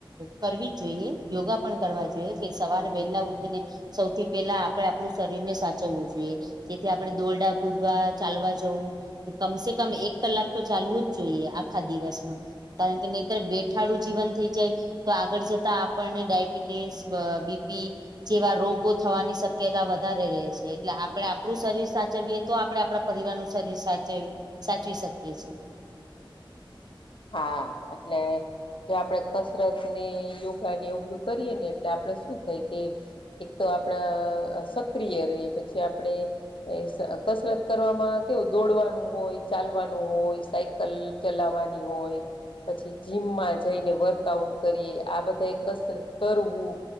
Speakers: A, on the right; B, on the left.
A: કરવી જ જોઈએ યોગા પણ કરવા જોઈએ. કે સવાર વહેલા ઉઠીને સૌથી પહેલા આપડે આપણું શરીરને સાચવવું જોઈએ. જેથી આપણે દોરડા કુદવા, ચાલવા જવું- કમસે કમ એક કલાક તો ચાલવું જ જોઈએ આખા દિવસમાં કારણ કે નહિતર બેઠાડું જીવન થઈ જાય તો આગળ જતા આપણને ડાયબિટીસ, બીપી જેવા રોગો થવાની શક્યતા વધારે રહે છે એટલે આપડે આપડું શરીર સાચવીએ તો આપડે આપણા પરિવાર શરીર સાચવી સાચવી શકીએ છીએ.
B: હા એટલે જે આપણેે કસરત ને યોગા ને એવું બધું કરીએ ને એટલે આપણે શું થાય કે એક તો આપણા સક્રિય રહીએ પછી આપણે એ કસરત કરવામાં કેવું દોડવાનું હોય, ચાલવાનું હોય સાયકલ ચલાવાની ની હોય પછી જીમમાં જઈને વર્કઆઉટ કરીએ આ બધાએક કસરત કરવું